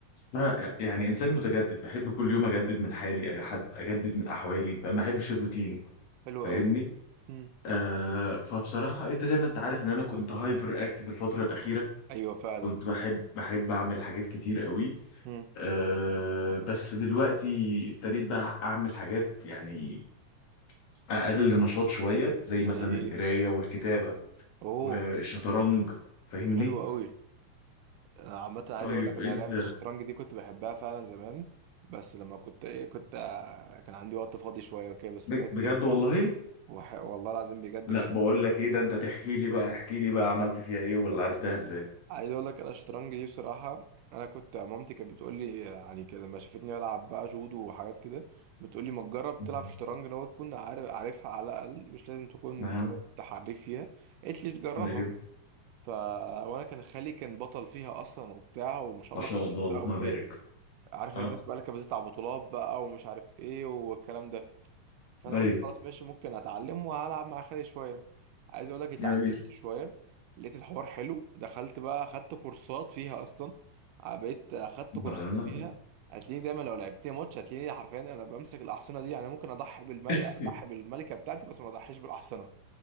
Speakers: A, on the left; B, on the right.
A: انا يعني انسان متجدد بحب كل يوم اجدد من حالي أجحد- اجدد من احوالي فما احبش الروتين
B: حلو
A: فاهمني
B: قوي مم.
A: آه فبصراحه انت زي ما انت عارف ان انا كنت هايبر اكتف الفتره الاخيره
B: ايوه فعلا
A: كنت بحب بحب اعمل حاجات كتير قوي
B: مم.
A: آه بس دلوقتي ابتديت بقى اعمل حاجات يعني اقل نشاط شويه زي
B: زي
A: مثلا
B: ايه
A: القرايه والكتابه
B: اوه
A: والشطرنج فاهمني
B: حلو قوي انا عامه عايز
A: طيب
B: اقول لك انا
A: انت
B: لعبه الشطرنج دي كنت بحبها فعلا زمان بس لما كنت ايه كنت كان عندي وقت فاضي شويه وكده بس
A: ب-
B: دلوقتي
A: بجد
B: إيه بفكر
A: والله
B: وح... والله العظيم بجد
A: لا
B: كانت
A: بقول
B: حاجه
A: لك ايه ده انت تحكي لي بقى احكي لي بقى عملت فيها ايه ولا عرفتها ازاي
B: عايز اقول لك انا الشطرنج دي بصراحه انا كنت مامتي كانت بتقول لي يعني كده لما شافتني بلعب بقى جودو وحاجات كده بتقول لي ما تجرب
A: مهم.
B: تلعب شطرنج لو تكون عارف عارفها على الاقل مش لازم تكون
A: اها
B: بتقعد تحريف فيها قالت لي تجربها
A: طيب
B: ف وانا كان خالي كان بطل فيها اصلا وبتاع وما شاء
A: ما
B: الله
A: شاء
B: كان
A: الله
B: شاطر
A: اللهم
B: قوي فيها
A: بارك
B: عارف
A: اه
B: الناس بقى اللي كانت بتطلع بطولات بقى ومش عارف ايه والكلام ده فانا
A: طيب
B: قلت خلاص ماشي ممكن اتعلم والعب مع خالي شويه عايز اقول لك اتعلمت
A: جميل
B: شويه لقيت الحوار حلو دخلت بقى اخدت كورسات فيها اصلا بقيت اخدت كورسات
A: آه.
B: فيها هتلاقيني دايما لو لعبتني ماتش هتلاقيني حرفيا انا بمسك الاحصنه دي يعني ممكن اضحي بالملكه
A: <laughs>
B: اضحي بالملكه بتاعتي بس ما اضحيش بالاحصنه